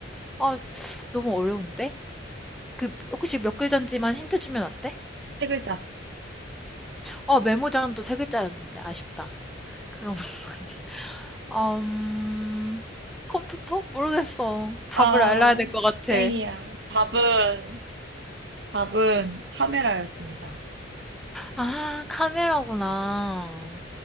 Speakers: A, in the centre; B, on the right.
A: 아, 너무 어려운데? 그 혹시 몇 글자인지만 힌트 주면 안 돼?
B: 세 글자.
A: 어, 메모장도 세 글자였는데 아쉽다. 그럼 <laughs> 음, 컴퓨터? 모르겠어. 답을
B: 아,
A: 알아야 될 것 같아.
B: 땡이야. 답은, 답은 카메라였습니다.
A: 아, 카메라구나.
B: 어.